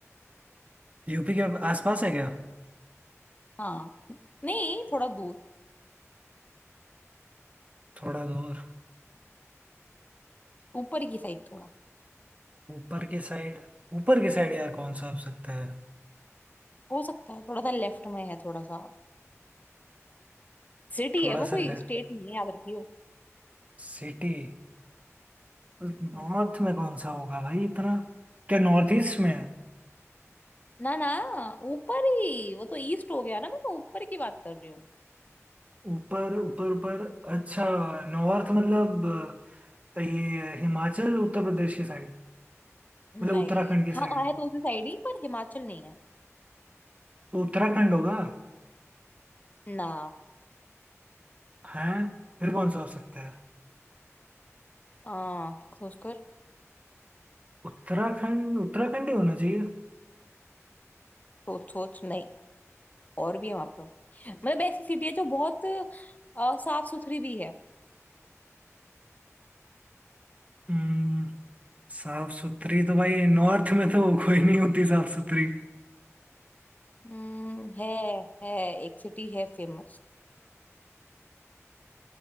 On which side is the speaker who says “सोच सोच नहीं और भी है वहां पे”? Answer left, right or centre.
Left